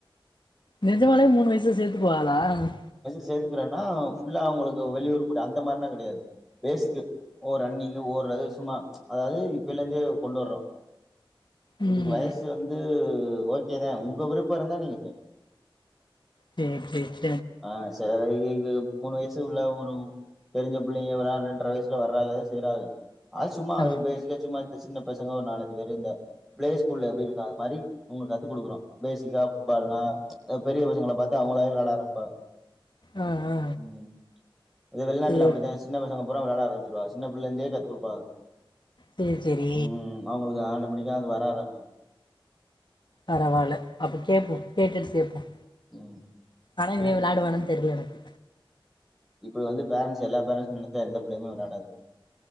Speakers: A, on the left; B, in the centre.
A: நெஜமாலே மூணு வயசுல சேர்த்துக்குவால ப
B: சேத்துக்கிறேன்னா ஃபுல்லா அவங்களுக்கு வெளியூறு கூடி அந்த மாரிலா கடையாது பேஸிக்கு ஒ ரன்னிஙு ஒது சும்மா அதாவது இப்பலந்தே கொண்டு வறோம்
A: ம்
B: இதுக்கு வயசு வந்து ஓகேதான் உங்க விருப்பம் இருந்தா நீங்க சேலாம்
A: சேர் சேர்
B: ஆஹ் ச மூணுவயஸ் உள்ள ஒரு தெரிஞ்ச பிள்ளைங்க இரண்டரை வயசுல வர்றாங்க செய்றாங்க அது சும்மா
A: ஆ
B: பேஸிக்கா சும்மா சின்ன பசங்க ஒரு நாலஞ்சு பேர் இந்த பிளே ஸ்கூல்ல எப்படி இருக்க அந்த மாரி அவங்களுக்கு கத்துக் கொடுக்கற பேசிக்கா பால் லா பெரிய பசங்கள பாத்து அவங்களா வெளையாட ஆரம்ப பா
A: ஆ ஆ
B: உம் அது வெளிநாட்டுல
A: சேரி
B: அப்படித்தான் சின்ன பசங்க முற விளையட ஆரம்பிச்சிருவாங்க சின் பிள்ளைலருந்தே கத்து கொடுப்பங்க
A: சேரி சேரி
B: உம் அவங்களுக்கு ஆட்டாமெட்டிக் கா வர ஆரம்மிச்சிரும்
A: பரவால அப்ப கேட்போம் கேட்டுட்டு சேப்போம்
B: ம்
A: ஆனா
B: கேட்
A: இவே விளாடுவானா தெரில எனக்கு
B: இப்டி வந்து பேரன்ட்ஸ் எல்லா பேரண்ட்ஸ் நெனச்சா எந்த பிள்ளைமே விளாடாது